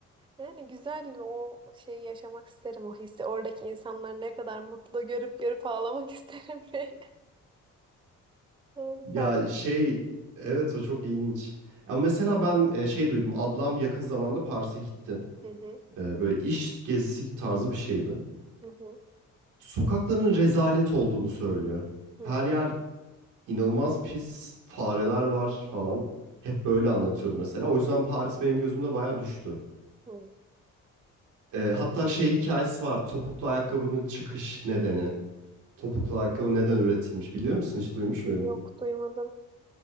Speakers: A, on the right; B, on the right.
A: Yani güzel o şeyi yaşamak isterim o hissi. Oradaki insanlar ne kadar mutlu görüp görüp ağlamak <laughs> isterim diye. Yani
B: Ya
A: par-
B: şey evet o çok ilginç. Ama mesela ben e, şey duydum. Ablam yakın zamanda Paris'e gitti.
A: Hı hı,
B: E, böyle iş gezisi tarzı bir şeydi.
A: hı hı,
B: Sokakların rezalet olduğunu söylüyor.
A: hı,
B: Her yer inanılmaz pis, fareler var falan. Hep böyle anlatıyordu mesela. O yüzden Paris benim gözümde bayağı düştü.
A: hı.
B: Ee, hatta şey hikayesi var. Topuklu ayakkabının çıkış nedeni. Topuklu ayakkabı neden üretilmiş biliyor musun? Hiç duymuş muydun?
A: Yok duymadım.